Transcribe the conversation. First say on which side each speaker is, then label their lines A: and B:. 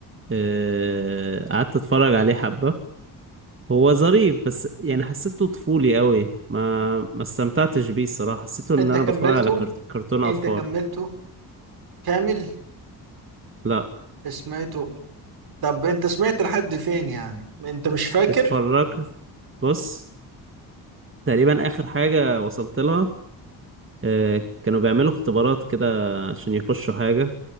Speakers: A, on the right; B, on the right.
A: آه، قعدت اتفرج عليه حبة هو ظريف بس يعني حسيته طفولي قوي ما ما استمتعتش بيه الصراحة حسيته ان
B: انت
A: انا
B: كملته
A: بتفرج على كرت- كرتون اطفال
B: انت كملته كامل
A: لا
B: سمعته طب انت سمعت لحد فين يعني انت مش فاكر
A: اتفرجت بص تقريبا اخر حاجة وصلت لها آه، كانوا بيعملوا اختبارات كده عشان يخشوا حاجة